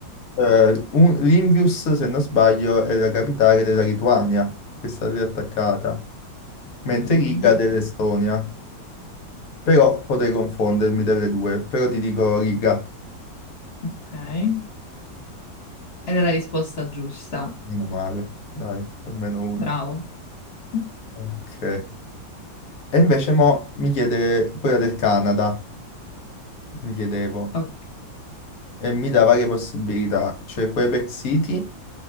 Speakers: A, on the left; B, on the left.
A: Eh, un- Limvius, se non sbaglio, è la capitale della Lituania, che è stata riattaccata, mentre
B: Mm,
A: Riga dell'Estonia. Però potrei confondermi delle due, però ti dico Riga,
B: ok. Ed è la risposta giusta.
A: meno male, dai, almeno una.
B: Bravo. <laughs>
A: Ok. E invece mo mi chiede quella del Canada, mi chiedevo,
B: Ok.
A: e mi dà varie possibilità, cioè Quebec City,